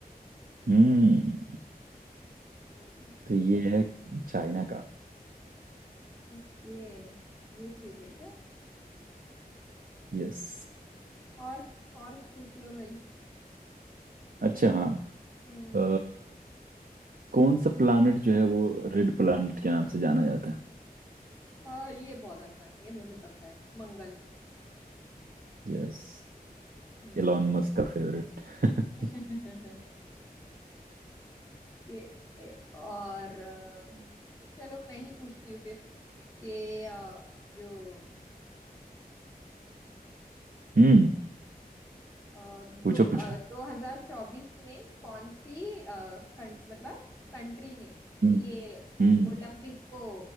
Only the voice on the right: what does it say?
हम्म
तो ये है चाइना का
यस
अच्छा हाँ
अ, कौन सा प्लानट जो है वो रेड प्लानट के नाम से जाना जाता है
यस
एलॉन मस्क का फेवरेट <laughs>
हम्म
पूछो
पूछो
हम्म
हम्म